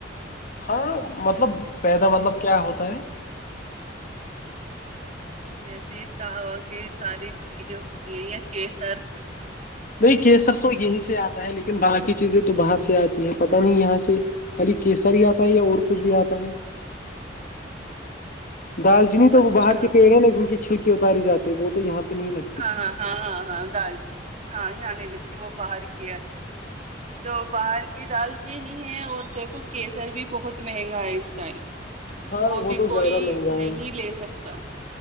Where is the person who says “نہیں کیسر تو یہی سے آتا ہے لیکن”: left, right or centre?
Left